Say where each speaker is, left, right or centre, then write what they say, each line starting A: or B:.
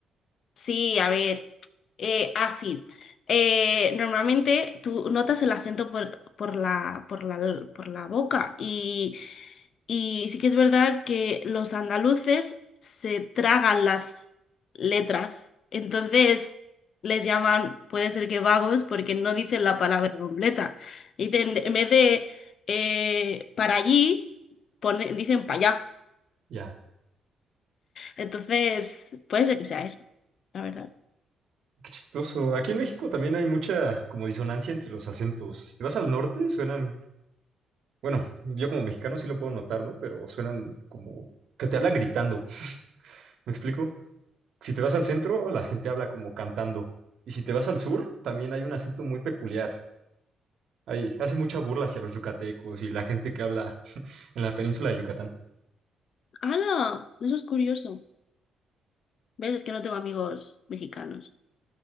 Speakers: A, on the left; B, on the right.
A: Sí, a ver, eh, ah, sí. Eh, normalmente tú notas el acento por, por la, por la, por la boca y, y sí que es verdad que los andaluces se tragan las letras, entonces les llaman, puede ser que vagos, porque no dicen la palabra completa. Dicen, en vez de eh, para allí, pone- dicen para allá.
B: Ya,
A: Entonces, puede ser que sea eso, la verdad.
B: qué chistoso. Aquí en México también hay mucha como disonancia entre los acentos. Si te vas al norte, suenan... Bueno, yo como mexicano sí lo puedo notar, ¿no? Pero suenan como que te hablan gritando. ¿Me explico? Si te vas al centro, la gente habla como cantando. Y si te vas al sur, también hay un acento muy peculiar. Ahí hace mucha burla hacia los yucatecos y la gente que habla en la península de Yucatán.
A: ¡Hala! Eso es curioso. ¿Ves? Es que no tengo amigos mexicanos.